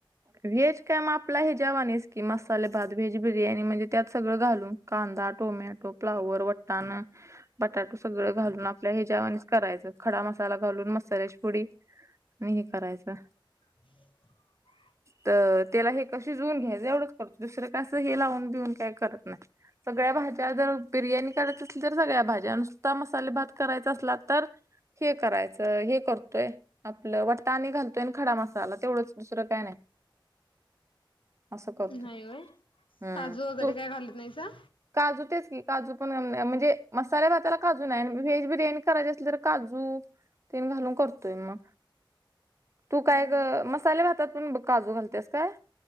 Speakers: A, on the right; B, on the left.
A: व्हेज काय मग आपला हे जेवा आहेस की मसाले भात व्हेज बिर्याणी म्हणजे त्यात सगळं घालून. कांदा टोमॅटो फ्लावर वटण बटाटो सगळं घालून आपल्या ह्या जेवाणीच करायचं खडा मसाला घालून मसाल्याची पुुडी मी हे करायचं.
B: <inaudible>
A: तर त्याला हे कशी शिजवून घ्यायचं एवढंच करतो दुसरं कास हे लावून बिऊन काय करत नाही. सगळ्या भाज्या जर बिर्याणी करायच असल तर सगळ्या भाज्या नुसद्धा मसाले भात करायचा असला तर हे करायचं हे करतोय. आपलं वट तणी घालतोय खडा मसाला तेवढंच दुसरं काय नाही. असं करतोय.
B: नाही होय
A: हम्म.
B: काजू वगैरे
A: हो,
B: काय घालत नाहीसा.
A: काजू तेच की काजू पण म्हणजे मसाल्या घाताला काजू नाही व्हेज बिर्याणी करायची असल तर काजू ते मी घालून करतोय मग तू काय
B: हम्म
A: मसाले घातात पण काजू घालतेस काय?